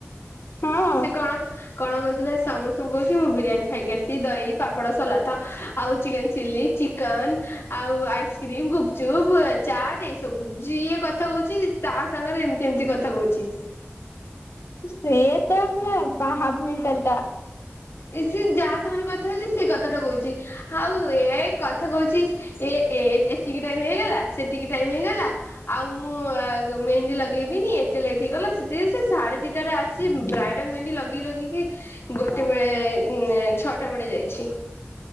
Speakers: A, on the left; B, on the left.
A: ହଁ
B: ସେ କଣ କଣ କହୁଥିଲେ ସମସ୍ତଙ୍କୁ କହୁଛି ମୁଁ ବିରିୟାନୀ ଖାଇକି ଆସି ଦହି ପାପଡ଼, ସଲାଟ ଆଉ ଚିକେନ ଚିଲି, ଚି ଚନ ଆଉ ଆଇସ୍କ୍ରିମ, ଗୁପଚୁପ୍, ଚାଟ୍, ଏଇ ସବୁ ଯିଏ କଥା କହୁଛି ତା ସାଙ୍ଗରେ ଏମତି ଏମତି କଥା କହୁଛି।
A: ସେ <inaudible> ପୂରା ହାଫ ମେଣ୍ଟାଲ ଟା।
B: ଏ ସିଏ ଯାହା ସାଙ୍ଗରେ କଥା ହେଉଛି ସେଇ କଥାଟା କହୁଛି। ହଉ ଏ କଥା କହୁଛି ଏ ଏ ଏତିକି ଟାଇମ ହେଇଗଲା ସେତିକି ଟାଇମ ହେଇଗଲା ଆଉ ମୁଁ ମେହେନ୍ଦୀ ଲଗେ଼ଇବିନି ଏତେ ଲେଟ ହେଇଗଲା ସେ ସେ ସାଢେ ଦିଟାରେ ଆସି
A: ସେ
B: ବ୍ରାଇଡାଲ ମେହନ୍ଦି ଲଗେଇ ଲଗେଇକି ଗୋଟେ
A: <inaudible>
B: ବେଳେ ଛଅଟା ବେଳେ ଯାଇଛି।